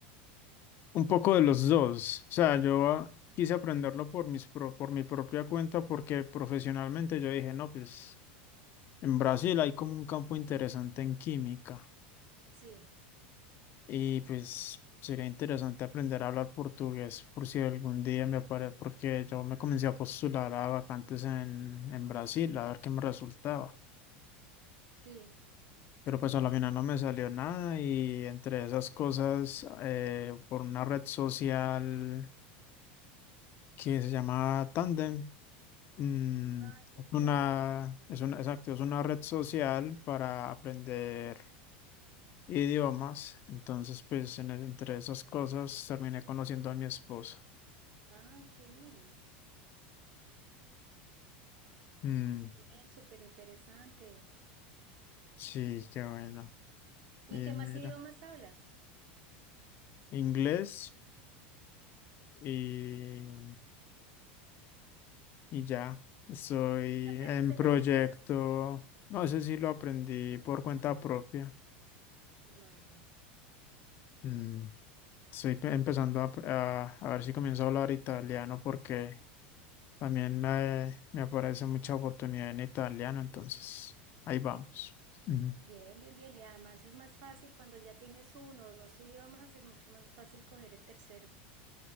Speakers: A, on the left; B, on the right.
A: Un poco de los dos. O sea, yo ah, quise aprenderlo por mis pro- por mi propia cuenta porque profesionalmente yo dije, no, pues... En Brasil hay como un campo interesante en química
B: Sí,
A: y pues sería interesante aprender a hablar portugués por si algún día me aparece, porque yo me comencé a postular a vacantes en, en Brasil a ver qué me resultaba.
B: sí.
A: Pero pues a la final no me salió nada y entre esas cosas, eh, por una red social que se llama Tandem, mm,
B: Ah, sí,
A: una,
B: creo que les...
A: es una, exacto, es una red social para aprender idiomas. Entonces, pues en- e, entre esas cosas terminé conociendo a mi esposa.
B: Ah, qué bien.
A: Mm,
B: Qué Bien, súper interesante.
A: sí, qué bueno.
B: ¿Y
A: Y
B: qué
A: mira,
B: más idiomas hablas?
A: inglés y, y ya. Estoy
B: ¿Y lo aprendiste
A: en proyecto.
B: también ahí?
A: No sé si lo aprendí por cuenta propia.
B: Ah, ya.
A: Mm, estoy pe- empezando a, a- a ver si comienzo a hablar italiano porque también me, me aparece mucha oportunidad en italiano. Entonces, ahí vamos. Ujú.
B: Bien, bien, bien. Y además es más fácil cuando ya tienes uno o dos idiomas, es mucho más fácil coger el tercero.